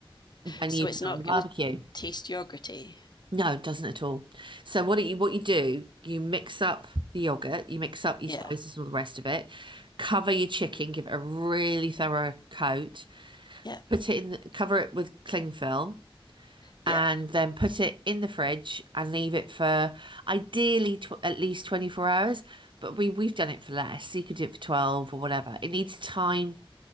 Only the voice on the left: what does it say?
So
it's
not
going to taste yogurty.
Yeah,
yeah,
yeah,